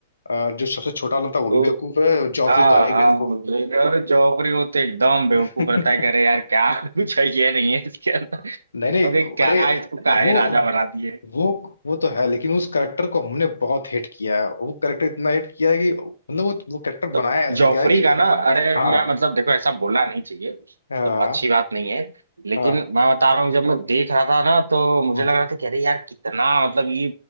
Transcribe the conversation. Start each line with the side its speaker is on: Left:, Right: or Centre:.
Left: अ, जो सबसे छोटा वाला था वो
Right: तो
Left: भी बेवकूफ है जॉफरी
Right: हाँ
Left: तो है ही
Right: हाँ
Left: बेवकूफ
Right: वो जो एक- और जौहरी वो तो एकदम बेवकूफ
Left: <laughs>
Right: रहता है कह रहे यार क्या <laughs> कुछ है ये नहीं है इसके अंदर
Left: नहीं नहीं
Right: ओके क्या
Left: अरे
Right: इसको काहे
Left: वो
Right: राजा बना दिए
Left: वो वो तो है लेकिन उस करेक्टर को हमने बहुत हिट किया है वो करेक्टर इतना हिट किया है कि मतलब वो वो करेक्टर
Right: तो
Left: बनाया ऐसे
Right: जॉफरी
Left: क्या है कि
Right: का ना अरे
Left: हाँ
Right: मैं मतलब देखो ऐसा बोलना नहीं चाहिए
Left: हाँ
Right: तो अच्छी बात नहीं है लेकिन
Left: हाँ
Right: मैं बता रहा हूँ जब मैं देख रहा था ना तो मुझे
Left: हाँ।
Right: लग रहा था कि अरे यार कितना मतलब ये